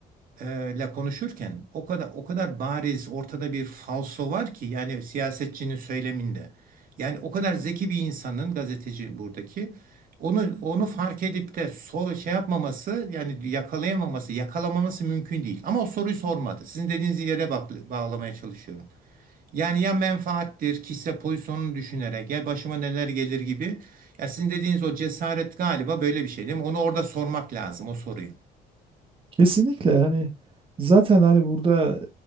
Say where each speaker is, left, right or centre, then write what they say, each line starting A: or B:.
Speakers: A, on the right; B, on the right.
A: e, ile konuşurken o kadar o kadar bariz ortada bir falso var ki yani siyasetçinin söyleminde. Yani o kadar zeki bir insanın gazeteci buradaki onu onu fark edip de so şey yapmaması yani yakalayamaması, yakalamaması mümkün değil. Ama o soruyu sormadı. Sizin dediğiniz yere bak, bağlamaya çalışıyorum. Yani ya menfaattir, kişisel pozisyonunu düşünerek ya başıma neler gelir gibi. Ya sizin dediğiniz o cesaret galiba böyle bir şey değil mi? Onu orada sormak lazım o soruyu.
B: Kesinlikle hani zaten hani burada